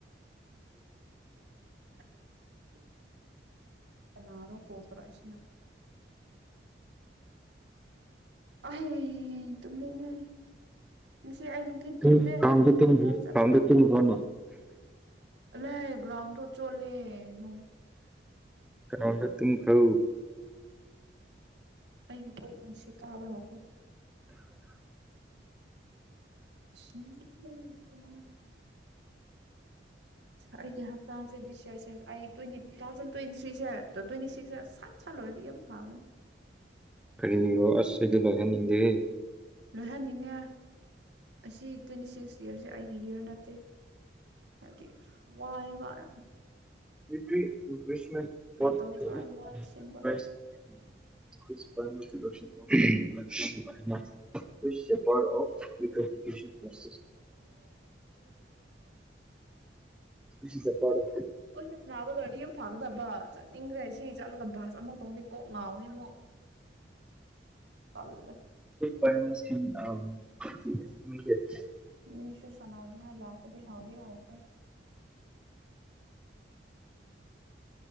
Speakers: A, on the right; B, in the centre.
A: ꯎꯝ ꯀꯅꯔꯣ ꯀꯣ ꯇꯔꯥ ꯏꯁꯤꯅ ꯑꯍ ꯇ ꯉ ꯉꯁꯤ ꯑꯩ ꯅꯨꯡꯊꯤꯜ
B: ꯇꯨꯝ
A: ꯇꯨꯝꯗꯦ
B: ꯒ꯭ꯔꯥꯎꯟꯗ ꯇꯨꯝꯈꯤ
A: ꯕꯖꯥꯔ ꯆꯠꯄꯗꯒꯤ
B: ꯒ꯭ꯔꯥꯎꯟꯗ ꯇꯨꯝꯈ꯭ꯔꯣꯅ
A: ꯂ ꯭ꯔꯝ ꯇ ꯆꯣꯂꯦ ꯅ
B: ꯀꯗ ꯇꯨ ꯍ
A: ꯑꯩꯒꯤꯄꯣꯁꯤ ꯀꯥꯕ ꯑꯁ ꯎꯝ ꯑꯩꯒꯤ ꯍꯞꯇꯥꯥꯡꯁꯦꯗꯤ ꯁꯔꯠꯁꯦ ꯑꯩ ꯇ꯭ꯋꯦꯟꯇꯤ ꯇꯨ ꯊꯥꯎꯖꯟ ꯇ꯭ꯋꯦꯟꯇꯤ ꯊ꯭ꯔꯤꯁꯦ ꯇ꯭ꯋꯦꯟꯇꯤ ꯁꯤꯛꯁꯦ ꯆꯠ ꯆꯂ ꯑꯣꯏꯔꯤ ꯌꯥꯝ ꯊꯥꯥꯡꯒꯅꯤ
B: ꯀꯔꯤ꯭ꯔꯣ ꯑꯁꯗꯤ ꯂꯧꯍꯟꯅꯤꯡꯗꯦ
A: ꯂꯣꯏꯍꯟꯅꯤꯡꯉꯦ ꯑꯁꯤ ꯇ꯭ꯋꯦꯟꯇꯤ ꯁꯤꯛꯁ ꯏꯌꯥꯔꯁꯦ ꯑꯩꯒꯤ ꯏꯌꯥꯔ ꯅꯠꯇꯦ ꯗꯤ ꯋꯥꯏ ꯋꯥꯏ
B: ꯌꯇ
A: ꯇꯧꯕꯁꯨ ꯑꯩ ꯋꯥꯏ
B: ꯍꯧꯁꯨ
A: ꯑꯁꯦꯡꯕ
B: ꯃ ꯄ ꯄꯁꯤ ꯆꯦ ꯄꯔꯦ
A: ꯍꯣꯏ ꯁꯁ ꯅꯥꯕ ꯂꯣꯏꯔꯗꯤ ꯌꯥꯝ ꯐꯥꯒꯗꯕ ꯆꯠꯅꯤꯡꯈ꯭ꯔꯦ ꯁꯤ ꯆꯠꯂꯒ ꯚꯁ ꯑꯃꯐꯧꯛꯇꯧꯗꯤ ꯀꯣꯛ ꯉꯥꯎꯋꯅꯤ ꯑꯃꯨꯛ ꯇꯜꯂꯦ
B: ꯔꯗꯤ
A: ꯃꯤꯅꯤꯁꯨꯣ ꯁꯂꯅꯤꯌꯥ ꯏꯥꯀꯗ ꯍꯥꯥꯎꯒ ꯑꯣꯄ